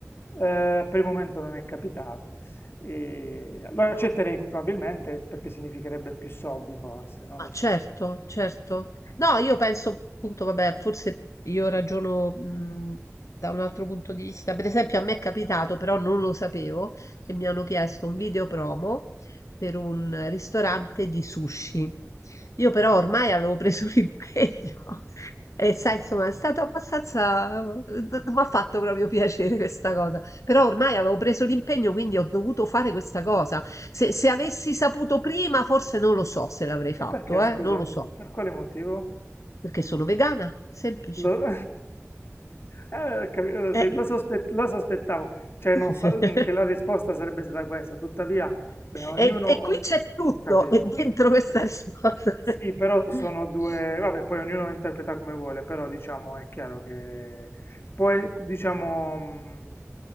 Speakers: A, on the left (about 50°); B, on the left (about 80°).
A: Eh, per il momento non è capitato. E lo accetterei probabilmente perché significherebbe più soldi, forse, non
B: Ma
A: lo
B: certo,
A: so.
B: certo. No, io penso appunto, vabbè, forse io ragiono mh, da un altro punto di vista. Per esempio, a me è capitato, però non lo sapevo, che mi hanno chiesto un video promo per un ristorante di sushi. Io però ormai avevo preso <laughs> l'impegno e sai, insomma, è stato abbastanza... mi ha fatto proprio piacere questa cosa. Però ormai avevo preso l'impegno, quindi ho dovuto fare questa cosa. Se, se avessi saputo prima, forse non lo so se l'avrei fatto,
A: E perché,
B: eh?
A: scusami,
B: Non lo so,
A: per quale motivo?
B: perché sono vegana, semplice.
A: Lo, <laughs> Eh, capi- eh,
B: Eh.
A: sì, lo sospe- lo sospettavo, cioè
B: <laughs>
A: no, sa- mm, che la risposta sarebbe stata questa, tuttavia, beh, ognuno,
B: E,
A: o-
B: e qui c'è tutto,
A: ho capito.
B: e dentro questa
A: Ok.
B: risposta.
A: Sì, però
B: <laughs>
A: sono due, vabbè, poi ognuno lo interpreta come vuole, però diciamo è chiaro che poi diciamo, mm,